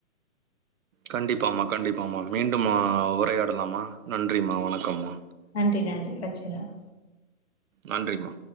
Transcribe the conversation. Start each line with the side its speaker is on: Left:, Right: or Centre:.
Right: கண்டிப்பாமா கண்டிப்பாமா மீண்டும் உரையாடலாமா நன்றிம்மா வணக்கம்மா
Left: நன்றி நன்றி வச்சிடுறேன்
Right: நன்றிமா